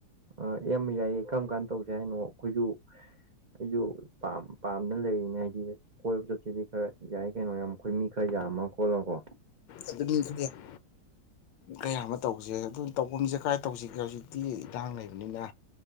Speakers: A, on the right; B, on the left.
A: ꯑ ꯌꯥꯝꯕ ꯌꯥꯏꯌꯦ ꯀꯔꯝ ꯀꯥꯟꯅ ꯇꯧꯁꯦ ꯍꯥꯏꯅꯣ ꯑꯩꯈꯣꯏꯁꯨ ꯑꯩꯁꯨ ꯄꯥꯝ‌‌ ꯄꯥꯝꯗꯅ ꯂꯩꯔꯤꯅꯦ ꯍꯥꯏꯗꯤ ꯀꯣꯏꯕ ꯆꯠꯁꯤꯗꯤ ꯈꯔ ꯌꯥꯏ ꯀꯩꯅꯣ ꯌꯥꯝ ꯑꯩꯈꯣꯏ ꯃꯤ ꯈꯔ ꯌꯥꯝꯃ ꯈꯣꯠꯂꯀꯣ
B: ꯑꯗꯨꯅꯤ <unintelligible> ꯀꯌꯥ ꯑꯃ ꯇꯧꯖ‌ꯦ ꯑꯗꯨ ꯇꯧꯐꯝꯁꯦ ꯀꯥꯏ ꯇꯧꯁꯤꯒꯦ ꯍꯧꯖꯤꯛꯇꯤ ꯏꯟꯔꯥꯡ ꯂꯩꯕꯅꯤꯅ